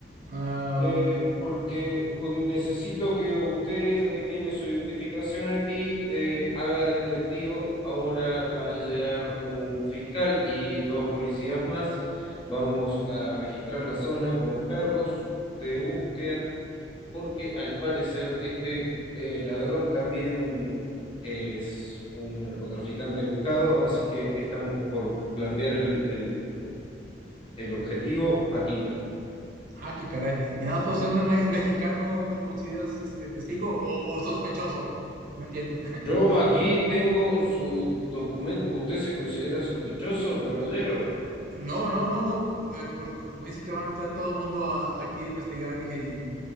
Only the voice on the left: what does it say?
Eh, porque necesito que usted, ya que tiene su identificación aquí, eh, haga de testigo. Ahora va a llegar un fiscal y dos policías más. Vamos a registrar la zona con perros de búsqueda, porque al parecer este eh, ladrón también es un narcotraficante buscado, así que estamos por plantear el, el el objetivo aquí mismo.
Yo aquí tengo su documento. ¿Usted se considera sospechoso, caballero?